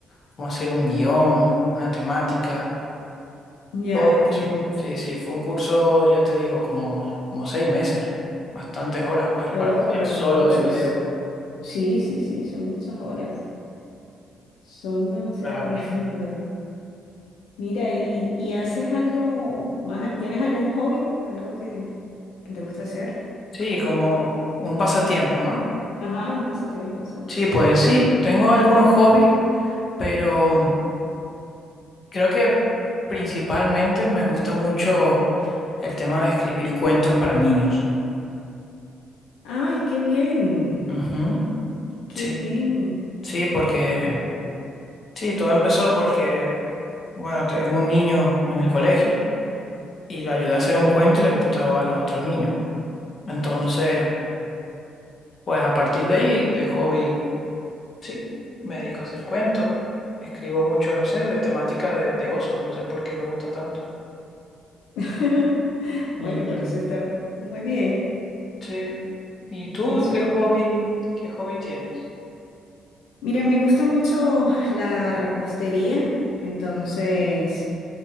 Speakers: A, on the left (about 45°); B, on the left (about 85°).
A: cómo hacer un guión, una temática,
B: ya
A: todo
B: entiendo.
A: eso. Sí, sí, fue un curso, ya te digo, como, como seis meses, bastantes horas, pues,
B: Yo,
A: para hacer
B: pero
A: solo
B: muchas,
A: de video.
B: sí, sí, sí, son muchas horas, son demasiadas
A: Claro.
B: horas, <laughs> la verdad. Mira, ¿y, y haces algo más? ¿Tienes algún hobby? ¿Algo que, que te gusta hacer?
A: Sí, como un pasatiempo, ¿no?
B: Ajá, un pasatiempo, exacto.
A: Sí, pues sí, tengo algunos hobbies, pero Creo que principalmente me gusta mucho el tema de escribir cuentos para niños.
B: Ay, qué bien,
A: Ujú.
B: qué
A: Sí,
B: bien.
A: sí, porque sí, todo empezó porque, bueno, tengo un niño en el colegio y lo ayudé a hacer un cuento y le gustó a los otros niños. Entonces, pues a partir de ahí, de hobby, sí, me dedico a hacer cuentos. Escribo mucho, no sé, de temática de, de osos, no sé por qué me gusta tanto.
B: <laughs> Bueno,
A: Y,
B: pero eso está muy bien.
A: sí. ¿Y tú
B: Eso
A: qué
B: es.
A: hobby, qué hobby tienes?
B: Mira, me gusta mucho la repostería, entonces,